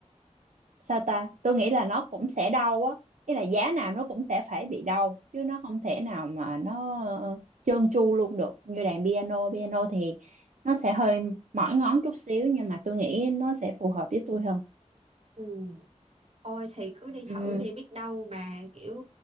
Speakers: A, on the right; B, on the right.
A: sao ta tôi nghĩ là nó cũng sẽ đau á ý là giá nào nó cũng sẽ phải bị đau chứ nó không thể nào mà nó ờ, trơn tru luôn được như đàn piano piano thì nó sẽ hơi mỏi ngón chút xíu nhưng mà tôi nghĩ nó sẽ phù hợp với tôi hơn
B: ừ Ôi thì cứ đi
A: ừ.
B: thử đi biết đâu bà kiểu